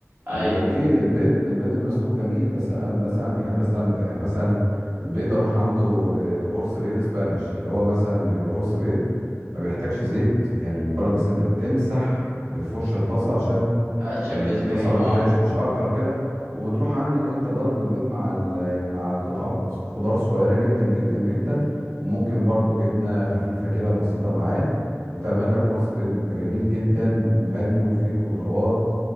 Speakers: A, on the right; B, on the right.
A: يعني
B: ايوه
A: اوكي البيض البيض المسلوق جميل بس انا مثلا بحب استمتع يعني مثلا البيض اروح عامله آه، قرص بيض اسبانيش اللي هو مثلا بيبقى قرص بيض ما بيحتاجش زيت يعني مجرد بس انت بتمسح بالفرشه الطاسه عشان
B: العشة
A: ان
B: بالاسبري
A: الطاسه ما
B: اه
A: تحرقش مش اكتر كده وبتروح عامل انت ضرب البيض مع ال- مع قطع خضار صغيره جدا جدا جدا وممكن برضو جبنه خفيفه كده بسيطه معاه وتعمل لك قرص بيض بيبقى جميل جدا وغني وفيه خضروات